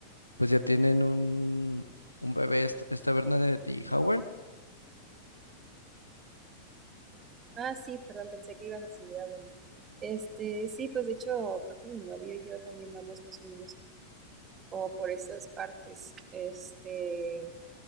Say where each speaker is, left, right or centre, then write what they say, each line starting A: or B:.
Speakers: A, on the left; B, on the right.
A: pues ya tienen un, un bebé, esta esta Bernadette y Howard.
B: Ah, sí, perdón, pensé que ibas a seguir hablando. Este, sí, pues de hecho, creo que mi novio y yo también vamos más o menos como por esas partes. Este,